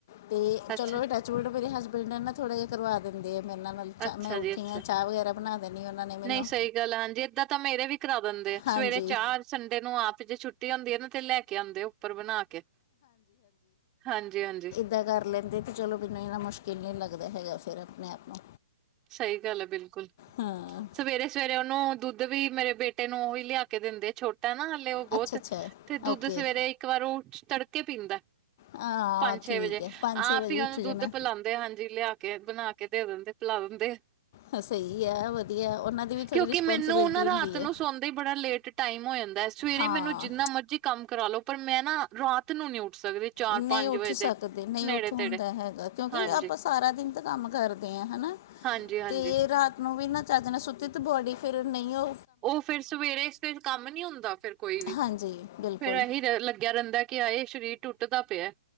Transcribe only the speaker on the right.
ਅੱਛਾ
ਅੱਛਾ
ਜੀ ਅੱਛਾ।
ਨਹੀਂ ਸਹੀ ਗੱਲ ਹਾਂਜੀ, ਏਦਾਂ ਤਾਂ ਮੇਰੇ ਵੀ ਕਰਾ ਦਿੰਦੇ ਆ, ਸਵੇਰੇ
ਚਾਰ ਸੰਡੇ ਨੂੰ ਆਪ ਜੇ ਛੁੱਟੀ ਹੁੰਦੀ ਐ ਨਾ ਤੇ ਲੈ ਕੇ ਆਉਂਦੇ ਓ। ਉੱਪਰ ਬਨਾ ਕੇ ਹਾਂਜੀ-ਹਾਂਜੀ।
ਸਈ ਗੱਲ ਐ ਬਿਲਕੁਲ।
ਸਵੇਰੇ-ਸਵੇਰੇ ਓਨੂੰ ਦੁੱਧ ਵੀ ਮੇਰੇ ਬੇਟੇ ਨੂੰ ਓਹੀ ਲਿਆ ਕੇ ਦੇਂਦੇ ਛੋਟੇ ਟਾ ਨਾ ਹਾਲੇ ਓ ਬੋਤ
ਤੇ ਦੁੱਧ
ਸਵੇਰੇ ਇੱਕ ਵਾਰ ਓ ਤੜਕੇ ਪੀਂਦਾ।
ਪੰਜ-ਛੇ
ਵਜੇ
ਆਪ
ਈ
ਓਨੂੰ
ਦੁੱਧ ਪਿਲਾਂਦੇ ਹਾਂਜੀ ਲਿਆ ਕੇ ਬਨਾ ਕੇ ਦੇ ਦੇਂਦੇ। ਪਿਲਾ ਦਿੰਦੇ ਆ।
ਕਿਉਂਕਿ
ਮੈਨੂੰ ਨਾ ਰਾਤ
ਨੂੰ
ਸੌਦੇ ਬੜਾ ਲੇਟ ਟਾਈਮ ਹੋ ਜਾਂਦਾ ਸਵੇਰੇ
ਮੈਨੂੰ ਜਿੰਨਾ ਮਰਜ਼ੀ ਕੰਮ ਕਰਾ ਲੋ ਪਰ ਮੈਂ ਨਾ ਰਾਤ ਨੂੰ ਨੀ ਉੱਠ ਸਕਦੀ। ਚਾਰ
ਪੰਜ
ਵਜੇ
ਦੇ
ਨੇੜੇ
ਤੇੜੇ
ਹਾਂਜੀ
ਹਾਂਜੀ ਹਾਂਜੀ
ਓ ਫੇਰ ਸਵੇਰੇ ਇਸ <unintelligible> ਕੰਮ ਨੀ ਹੁੰਦਾ ਫਿਰ ਕੋਈ ਵੀ
ਫੇਰ ਏਹੀ ਲੱਗਿਆ ਰਹਿੰਦਾ। ਕਿ ਹਾਏ ਸਰੀਰ ਟੁੱਟਦਾ ਪਿਆ।